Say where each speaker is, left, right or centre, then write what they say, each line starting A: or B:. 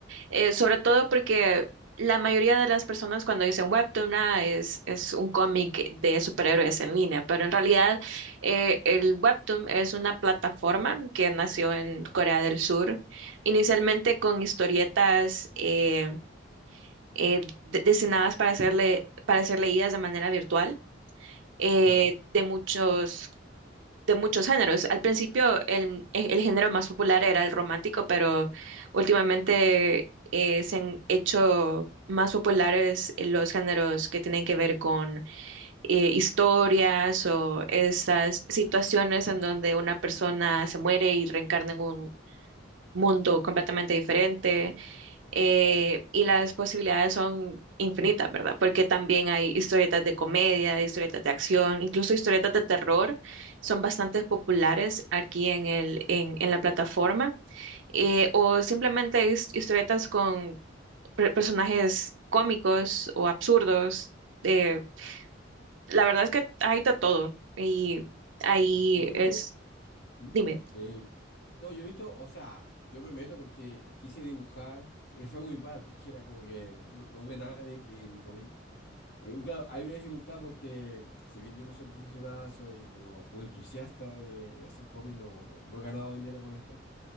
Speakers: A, on the right; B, on the left.
A: Eh, sobre todo porque la mayoría de las personas cuando dicen webtoon ah, es, es un cómic de superhéroes en línea, pero en realidad eh, el webtoon es una plataforma que nació en Corea del Sur, inicialmente con historietas eh, eh, de- destinadas para ser le- para ser leídas de manera virtual. eh,
B: Claro.
A: de muchos de muchos géneros. Al principio el, el- el género más popular era el romántico, pero últimamente eh, se han hecho más populares eh, los géneros que tienen que ver con eh, historias o estas situaciones en donde una persona se muere y reencarna en un mundo completamente diferente eh, y las posibilidades son infinitas, ¿verdad? Porque también hay historietas de comedia, historietas de acción, incluso historietas de terror, son bastante populares aquí en el, en, en la plataforma, eh, o simplemente his- historietas con per- personajes cómicos o absurdos. eh, la verdad es que hay de todo y ahí
B: Yo he
A: es,
B: visto ¿Mm?
A: dime.
B: Eh, no, yo he visto, o sea, yo me meto porque quise dibujar, <laughs> y me fue muy mal porque era como que no, no ve nada mi, mi, mi cómic. Y, claro, hay una dificultad porque si bien yo no soy profesional, soy como un entusiasta de, de hacer cómics, no, no, no he ganado dinero con esto,